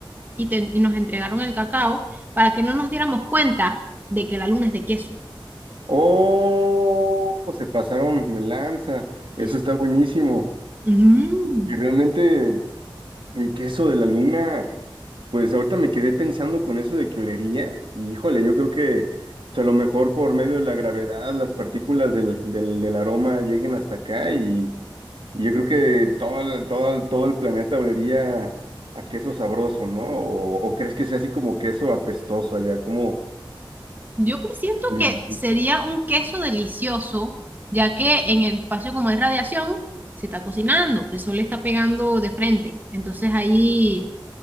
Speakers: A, on the right; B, on the right.
A: y, te- y nos entregaron el cacao para que no nos diéramos cuenta de que la luna es de queso.
B: Oh, se pasaron de lanza, eso
A: Es-
B: está buenísimo.
A: Mm.
B: Y, y realmente el queso de la luna. Pues ahorita me quedé pensando con eso de que olería, y híjole, yo creo que pues, a lo mejor por medio de la gravedad las partículas del, del, del aroma lleguen hasta acá y, y yo creo que todo, el- todo, el- todo el planeta olería a queso sabroso, ¿no? O, o crees que sea así como queso apestoso allá, como...
A: Yo presiento
B: te imaginas?
A: que sería un queso delicioso, ya que en el espacio como hay radiación, se está cocinando, el sol le está pegando de frente. Entonces ahí,